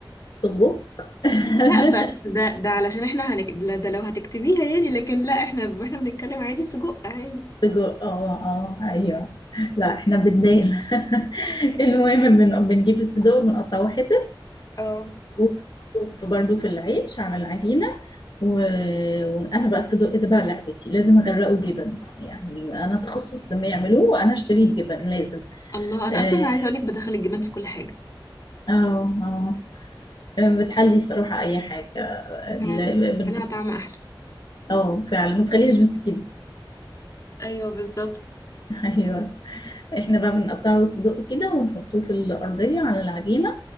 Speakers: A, on the left (about 60°); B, on the left (about 40°).
A: سجق <laughs>
B: لا بس ده ده علشان احنا هنك... لا ده لو هتكتبيها يعني لكن لا احنا احنا بنتكلم عادي سجق عادي
A: سجق اه اه ايوه لا احنا بالدال <laughs> المهم بن- بنجيب الصدق وبنقطعه حتت
B: اه
A: وبحطه في برضه في العيش على العجينة و... وأنا بقى الصدق ده بقى لعبتي لازم أغرقه جبن يعني أنا تخصص ما يعملوه وأنا أشتري الجبن لازم
B: الله انا
A: آه
B: اصلا عايزه اقولك بدخل الجبن في كل حاجه
A: اه آه، بتحلي صراحة أي حاجة
B: فعلا
A: ل-
B: بتديلها
A: بن-
B: طعم احلى
A: اه فعلا بتخليها جوسي كده
B: ايوه بالظبط
A: <laughs> أيوه احنا بقى بنقطعه صدق كده ونحطوه في الأرضية على العجينة